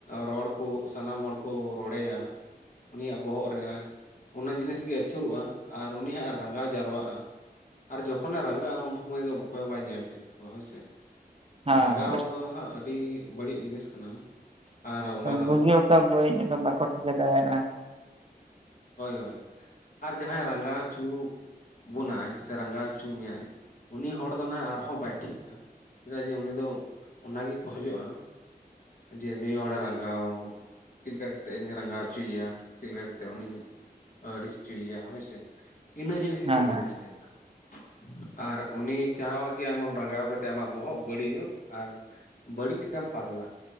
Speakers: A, on the left; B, on the right.
A: ᱨᱚᱲ ᱠᱚ ᱥᱟᱱᱟᱢ ᱦᱚᱲ ᱠᱚ ᱨᱚᱲᱮᱭᱟ ᱩᱱᱤᱭᱟᱜ ᱵᱚᱦᱚᱜ ᱨᱮ ᱚᱱᱟ ᱡᱤᱱᱤᱥ ᱜᱮ ᱟᱹᱪᱩᱨᱚᱜ-ᱟ ᱟᱨ ᱩᱱᱤᱭ ᱦᱟᱸᱜ ᱮ ᱨᱟᱸᱜᱟᱣ ᱡᱟᱣᱨᱟᱜ-ᱟ ᱟᱨ ᱡᱚᱠᱷᱚᱱᱮ ᱨᱟᱸᱜᱟᱜ-ᱟ ᱩᱱ ᱥᱩᱢᱚᱭ ᱫᱚ ᱚᱠᱚᱭ ᱵᱟᱭ ᱧᱮᱞ ᱴᱷᱤᱠ ᱠᱚᱣᱟ ᱦᱳᱭᱥᱮ ᱛᱚ
B: ᱦᱮᱸ
A: ᱨᱟᱸᱜᱟᱣ
B: ᱦᱮᱸ
A: ᱫᱚ ᱱᱟᱦᱟᱸᱜ ᱟᱹᱰᱤ ᱵᱟᱹᱲᱤᱡ ᱡᱤᱱᱤᱥ ᱠᱟᱱᱟ ᱟᱨ ᱚᱱᱟ ᱫᱚ
B: ᱵᱩᱜᱤ ᱚᱠᱟ ᱵᱟᱹᱲᱤᱡ ᱵᱟᱠᱚ ᱴᱷᱤᱠᱟᱹ ᱫᱟᱲᱮᱭᱟᱜ-ᱟ
A: ᱦᱳᱭ ᱦᱳᱭ ᱟᱨ ᱡᱟᱦᱟᱸᱭ ᱨᱟᱸᱜᱟᱣ ᱦᱚᱪᱚ ᱵᱚᱱᱟᱭ ᱥᱮ ᱨᱟᱸᱜᱟᱣ ᱦᱚᱪᱚ ᱢᱮᱭᱟᱭ ᱩᱱᱤ ᱦᱚᱲ ᱫᱚ ᱱᱟᱦᱟᱸᱜ ᱟᱨᱦᱚᱸ ᱵᱟᱭ ᱴᱷᱤᱠᱟᱹ ᱪᱮᱫᱟᱜ ᱡᱮ ᱩᱱᱤ ᱫᱚ ᱚᱱᱟ ᱜᱮᱭ ᱠᱷᱚᱡᱚᱜ-ᱟ ᱡᱮ ᱱᱩᱭ ᱦᱚᱲᱮ ᱨᱟᱸᱜᱟᱣ ᱪᱮᱫ ᱞᱮᱠᱟ ᱠᱟᱛᱮ ᱤᱧ ᱨᱟᱸᱜᱟᱣ ᱚᱪᱚᱭᱮᱭᱟ ᱪᱮᱫ ᱞᱮᱠᱟ ᱠᱟᱛᱮ ᱩᱱᱤᱧ ᱟᱹᱲᱤᱥ ᱦᱚᱪᱚᱭᱮᱭᱟ ᱦᱳᱭᱥᱮ ᱤᱱᱟᱹ ᱡᱤᱱᱤᱥ ᱜᱮᱠᱚ
B: ᱦᱮᱸ
A: ᱦᱩᱫᱤᱥ
B: ᱦᱮᱸ
A: <unintelligible> ᱟᱨ ᱩᱱᱤ ᱪᱟᱦᱟᱣᱟ ᱠᱤ ᱟᱢ ᱨᱟᱸᱜᱟᱣ ᱠᱟᱛᱮᱫ ᱟᱢᱟᱜ ᱵᱚᱦᱚᱜ ᱵᱟᱹᱲᱤᱡᱚᱜ ᱟᱨ ᱵᱟᱹᱲᱤᱡ ᱠᱟᱛᱮᱢ ᱯᱟᱜᱽᱞᱟ